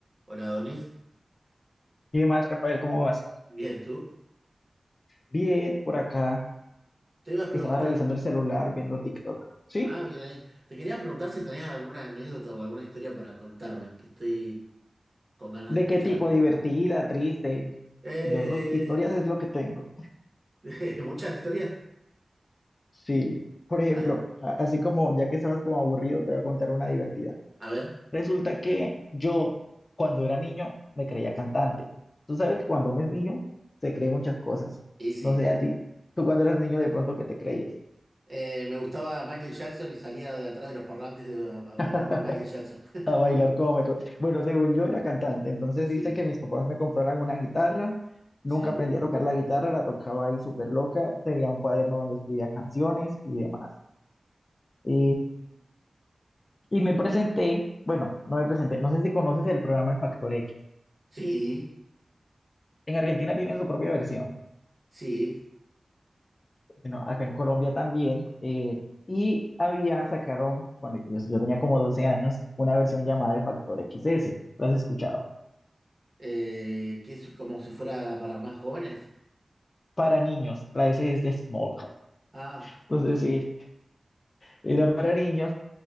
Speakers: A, on the right; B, on the left.
A: Hola, Donis.
B: ¿Qué más, Rafael? ¿Cómo vas?
A: Bien, ¿tú?
B: Bien, por acá
A: Te iba a preguntar.
B: estaba revisando el celular, viendo TikTok. ¿Sí?
A: Ah, bien ahí. Te quería preguntar si tenés alguna anécdota o alguna historia para contarme, que estoy con ganas
B: ¿De
A: de escuchar.
B: qué tipo? ¿Divertida, triste?
A: Eh,
B: Yo, lo- historias es lo que tengo.
A: <laughs> muchas historias.
B: Sí. Por ejemplo,
A: A,
B: a- así como ya que estabas como aburrido, te voy a contar una divertida.
A: a ver,
B: Resulta que yo, cuando era niño, me creía cantante. Tú sabes que cuando uno es niño, se cree muchas cosas.
A: y sí.
B: No sé a ti. Tú cuando eras niño, de pronto, ¿qué te creías?
A: Eh, me gustaba Michael Jackson y salía de atrás de los parlantes de- a, a bailar
B: <laughs>
A: como Michael Jackson. <laughs>
B: a bailar como me... co- Bueno, según yo era cantante, entonces
A: Sí,
B: dice que mis papás me compraron una guitarra, nunca
A: sí,
B: aprendí a tocar la guitarra, la tocaba ahí súper loca, tenía un cuaderno donde escribía canciones y demás. Y, y me presenté, bueno, no me presenté, no sé si conoces el programa El Factor X.
A: sí,
B: En Argentina tienen su propia versión,
A: sí.
B: sino acá en Colombia también. eh, y había, sacaron, cuando yo, yo tenía como 12 años, una versión llamada El Factor XS. ¿Lo has escuchado?
A: Eh, que es como si fuera para más jóvenes.
B: Para niños, la S es de Small.
A: Ah.
B: Entonces, sí, Era para niños.